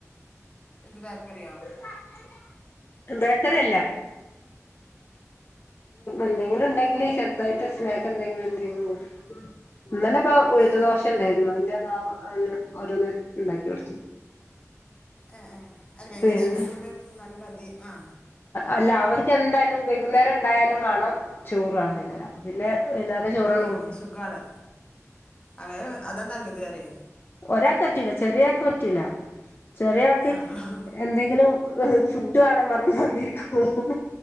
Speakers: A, on the left; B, on the left.
A: എന്ത് ബേക്കറിയോ
B: <unintelligible> ബേക്കറി അല്ല
A: ഏഹ്
B: എന്തെങ്കിലും ഉണ്ടെങ്കില് ചെറതായിട്ട് സ്നാക്ക് എന്തെങ്കിലും എന്തെങ്കിലോ ഇന്നല ഇപ്പൊ ഉഴന്ന്
A: ഏഹ് ഏഹ്
B: ദോശ
A: ഏഹ്
B: ഉണ്ടായിരുന്നു അതിന്റെ അ ഓരോന്ന് ഉണ്ടാക്കി കൊടുത്തു
A: ആ അ വെയ്ക്കുന്നേരം
B: പിന്നെ
A: സ്കൂൾ വിട്ട് വരുമ്പോൾ തിന്നാലും മതി അ ആ
B: അല്ല അവർക്ക് എന്തായാലും വൈകുന്നേരം ഉ ഉണ്ടായാലും വേണം ചോറാണ് പിന്ന അപ്പം പിന്നെ വൈകുന്നേരം ചോറാണ്
A: ഏ
B: കൊടുക്കും
A: സുഖാണ് അങ്ങനെ അതാ നല്ലത് അതെ
B: ഒരാൾക്ക് പറ്റൂല ചെറിയ ആൾക്ക് പറ്റൂല ചെറിയൾക്ക്
A: ആഹ്
B: എന്തെങ്കിലും ഫുഡ് വേണം വരണം വന്നിരിക്കും